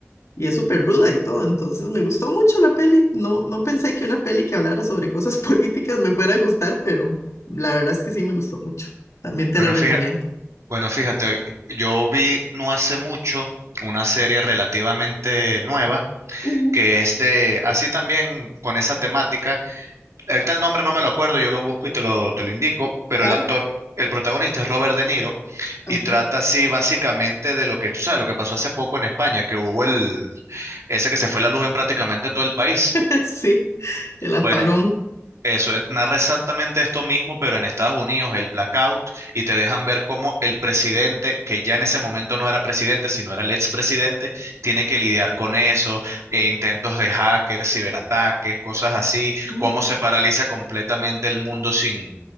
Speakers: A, on the left (about 80°); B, on the right (about 85°).
A: y es súper ruda y todo. Entonces me gustó mucho la peli. No, no pensé que una peli que hablara sobre cosas <laughs> políticas me fuera a gustar, pero la verdad es que sí me gustó mucho. También te
B: Bueno,
A: la recomiendo.
B: fíjate. Bueno, fíjate, yo vi no hace mucho una serie relativamente nueva
A: Ujú,
B: que es de, así también con esa temática. Ahorita el nombre no me lo acuerdo, yo lo busco y te lo, te lo indico, pero
A: claro.
B: el actor, el protagonista es Robert De Niro y
A: Ok.
B: trata así básicamente de lo que, tú sabes, lo que pasó hace poco en España, que hubo el, ese que se fue la luz en prácticamente todo el país.
A: <laughs> Sí, el apagón.
B: Bueno, eso eh, narra exactamente esto mismo, pero en Estados Unidos, el blackout, y te dejan ver cómo el presidente, que ya en ese momento no era presidente, sino era el expresidente, tiene que lidiar con eso, e intentos de hackers, ciberataques, cosas así,
A: Mm,
B: cómo se paraliza completamente el mundo sin,